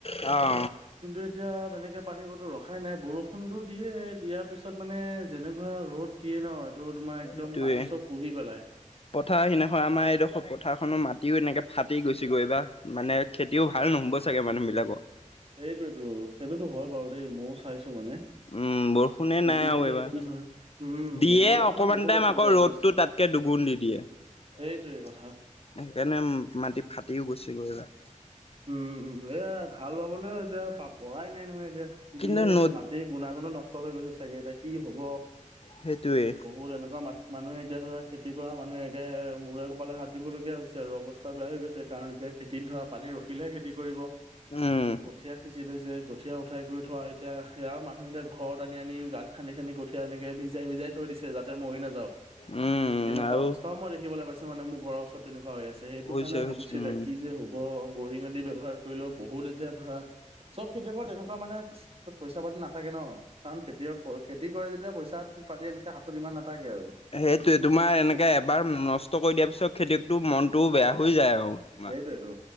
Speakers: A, on the left; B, on the right.
A: অ
B: কিন্তু এতিয়া তেনেকে পানী কতো ৰখাই নাই বৰষ ফোনটো দিয়ে দিয়াৰ পিছত মানে যেনেকুৱা ৰ'দ দিয়ে ন এইটো তোমাৰ একদম
A: সেইটোয়ে
B: পানী চব শুহি পেলাই
A: পথাৰ সিদিনাখন আমাৰ এইডোখৰ পথাৰখনৰ মাট খেতিও এনেকে ফাটি গৈছেগৈ বা মানে খেতিও ভাল নহ'ব চাগে মানুহবিলাকৰ
B: সেইটোটো সেইটোতো হয় বাৰু দেই ময়ও চাইছো মানে
A: উম বৰষুণে
B: খেতিটো
A: নাই আৰু
B: এতিয়া
A: এইবাৰ
B: কি হয় উম
A: দিয়ে
B: বৰষুণে
A: অকমান
B: বহুত অসুবিধা
A: আকৌ ৰ'দতটো
B: কৰিছে
A: তাতকে দুগুণ দি দিয়ে সেইকাৰণে
B: সেইটোৱে কথা
A: মাটি ফাটিও গৈছে গৈ এইবাৰ।
B: উম উ এয়া ভাল পাবলৈও এতিয়া পৰাই নাই নহয় এতিয়া।
A: কিন্তু
B: যি হয়ে এতিয়া
A: নদ
B: মাটিৰ গুণাগুণো নষ্ট হৈ গৈছে চাগে ত। কি হব
A: সেইটোৱে
B: বহুত এনেকুৱা মা মানুহে এতিয়া ধৰা খেতি কৰা মানুহে। মূৰে কপালে হাত দিবলগীয়া হৈছে আৰু অৱস্থা বেয়া হৈ গৈছে কাৰণ এতিয়া খেতিত ধৰা পানী ৰখে- বিলহে খেতি কৰিব
A: উম,
B: কঠীয়া সিঁচি থৈছে- কঠীয়া উঠাই কৰি থোৱা এতিয়া সেয়াও মানুহ এতিয়া ঘৰত আনি আনি গাঁত খান্দি খান্দি কঠীয়া এনেকে ভিজাই ভিজাই। থৈ দিছে যাতে মৰি নাযাও
A: উম,
B: তেনেকুৱা
A: আৰু
B: অৱস্থাও মই দেখিব পাইছো মানে মোৰ ঘৰৰ ওচৰত তেনেকুৱা- হৈ আছে সেইটো
A: হৈছে
B: কাৰণে ভাবিছো
A: হৈছে উম
B: এতিয়া কি যে হ'ব বৰিঙ। ব্যৱহাৰ কৰিলেও বহুত এতিয়া ধৰা চব খেতিয়কৰ তেনেকুৱা মানে পইচা পাতি নাথাকে ন। কাৰণ খেতিয়ক খেতি কৰে যেতিয়া পইচা পাতি এনেকে হাতত ইমান নাথাকে আৰু-
A: সেইটোয়ে তোমাৰ এনেকে এবাৰ নষ্ট কৰি দিয়াৰ পিছত খেতি- টো মনটোও বেয়া হৈ যায় আৰু তোমাৰ
B: সেইটোৱেটো